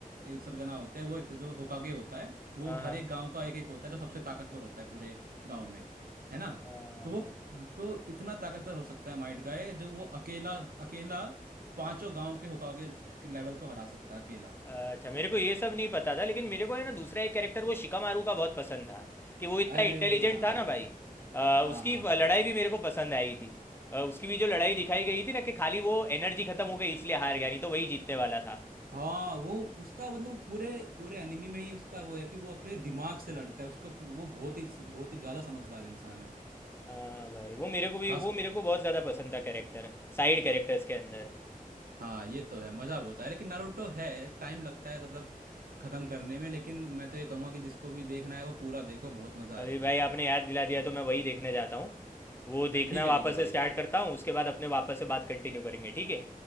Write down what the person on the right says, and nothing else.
एक सरगना होते हैं वो एक जो होकागे होता है वो
हर
एक गांव का एक एक होता है जो सबसे ताकतवर होता है पूरे गांव में है ना
तो वो तो इतना ताकतवर हो सकता है माइट गाय जो वो अकेला अकेला पांचों गांव के होकागे लेवल को हरा सकता है अकेला
अरे
हाँ
हाँ
हाँ हाँ
हाँ वो उसका मतलब वो पूरे पूरे एनिमी में ही उसका वो है कि वो अपने दिमाग से लड़ता है उसका पू- वो बहुत ही बहुत ही ज्यादा समझदार इंसान है
खास
हाँ ये तो है मजा बहुत है लेकिन नारुतो है टाइम लगता है मतलब खत्म करने में लेकिन मैं तो ये कहूँगा कि जिसको भी देखना है वो पूरा देखो बहुत मजा आएगा
<laughs>
ठीक
है ठीक है
भाई